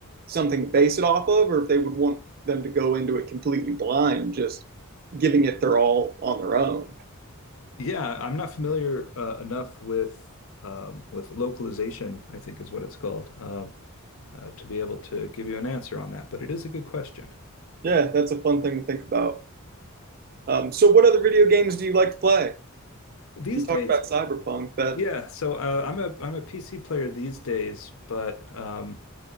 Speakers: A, on the right; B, on the left.
A: something to base it off of, or if they would want them to go into it completely blind, just giving it their all on their own.
B: Yeah, I'm not familiar uh, enough with um, with localization, I think is what it's called, um, uh, to be able to give you an answer on that. But it is a good question.
A: Yeah, that's a fun thing to think about. Um, so what other video games do you like to play?
B: These
A: you talked
B: days,
A: about Cyberpunk. That
B: yeah. So uh, I'm a I'm a PC player these days, but um,